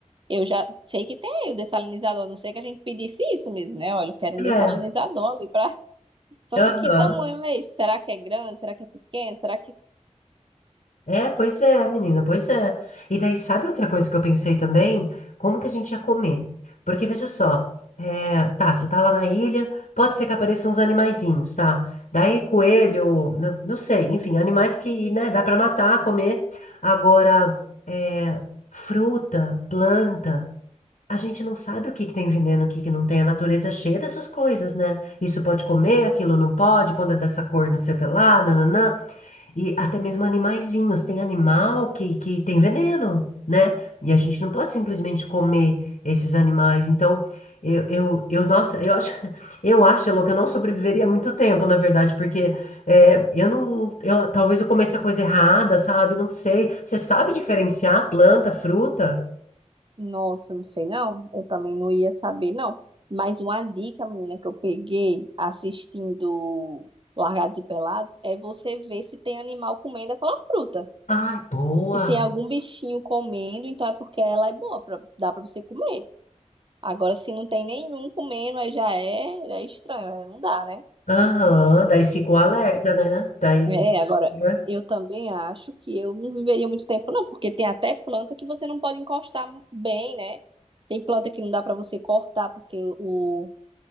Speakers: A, on the right (about 45°); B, on the left (about 80°).
A: Eu já sei que tem o dessalinizador, a não sei que a gente pedisse isso mesmo, né? Olha, eu quero
B: É,
A: um dessalinizador ali pra. <laughs> Só
B: aham.
A: que que tamanho é isso? Será que é grande? Será que é pequeno? Será que
B: É, pois é, menina, pois é. E daí, sabe outra coisa que eu pensei também? Como que a gente ia comer? Porque veja só, é, tá, você tá lá na ilha, pode ser que apareçam uns animaizinhos, tá? Daí, coelho, n- não, sei, enfim, animais que, né, dá pra matar, comer. Agora, é, fruta, planta, a gente não sabe o que que tem veneno, o que que não tem. A natureza é cheia dessas coisas, né? Isso pode comer, aquilo não pode, quando é dessa cor, não sei o que lá, nananã. E até mesmo animaizinhos. Tem animal que, que tem veneno, né? E a gente não pode simplesmente comer esses animais. Então, eu, eu, eu nossa, eu acho, <laughs> eu acho, Elô, que eu não sobreviveria muito tempo, na verdade, porque é, eu não, eu, talvez eu comesse a coisa errada, sabe? Não sei. Você sabe diferenciar planta, fruta?
A: Nossa, eu não sei não. Eu também não ia saber, não. Mas uma dica, menina, que eu peguei assistindo Largados e Pelados é você ver se tem animal comendo aquela fruta.
B: Ai, boa.
A: Se tem algum bichinho comendo, então é porque ela é boa, pra, dá pra você comer. Agora, se não tem nenhum comendo, aí já é, já é estranho, aí não dá, né?
B: Aham, daí fica o alerta, né? Daí.
A: É, agora,
B: né?
A: eu também acho que eu não viveria muito tempo, não, porque tem até planta que você não pode encostar bem, né? Tem planta que não dá pra você cortar porque o